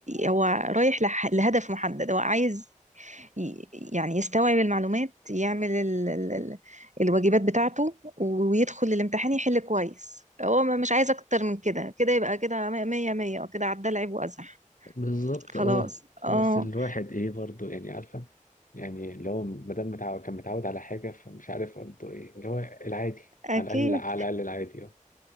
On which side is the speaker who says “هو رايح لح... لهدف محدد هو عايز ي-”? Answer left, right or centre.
Right